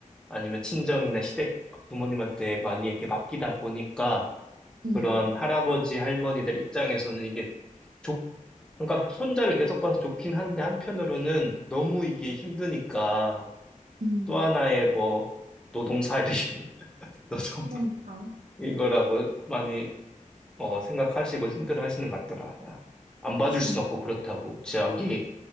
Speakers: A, in the centre; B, on the right.
A: 아니면 친정이나 시댁 부모님한테 많이 이렇게 맡기다 보니까
B: 음,
A: 그런 할아버지 할머니들 입장에서는 이게 좋, 그러니까 손자를 계속 봐서 좋긴 한데 한편으로는 너무 이게 힘드니까
B: 음,
A: 또 하나의 뭐 노동살이 <laughs> 노동
B: 그러니까.
A: 이거라고 많이 어, 생각하시고 힘들어 하시는 것 같더라. 야, 안
B: 그치.
A: 봐줄 순 없고 그렇다고 자기